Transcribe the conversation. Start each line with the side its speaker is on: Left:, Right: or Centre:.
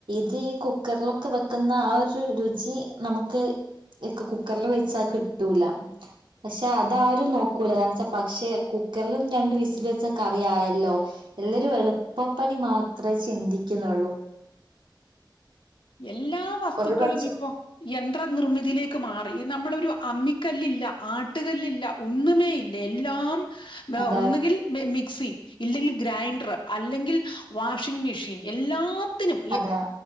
Right: ത് ഈ കുക്കറിലൊക്കെ വെക്കുന്ന ആ ഒരു രുചി നമുക്ക് കുക്കറിൽ വെച്ചാൽ കിട്ടൂല പക്ഷെ അതാരും നോക്കൂല കാര പക്ഷെ കുക്കറിലും രണ്ട വിസൽ വെച്ച കറിിയായല്ലോ എല്ലരും എളുപ്പപ്പണി മാത്രമേ ചിന്തിക്കുന്നുള്ളൂ
Left: എല്ലാ വസ്തുക്കളും
Right: ഒരു പക്ഷെ
Left: ഇപ്പോൊ യന്ത്ര നിർമിതിയിലേക്ക് മാറി നമ്മളരു അമ്മിക്കല്ലില്ല ആട്ടുകല്ലില്ല ഒന്നുമേ ഇല്ല എല്ലാം
Right: അതെ
Left: ഒന്നുകിൽ മസി ഇല്ലെങ്കിൽ ഗ്രൈൻഡർ അല്ലെങ്കിൽ വാഷിംഗ മെഷീൻ എല്ലാ എന്തിന
Right: അതെ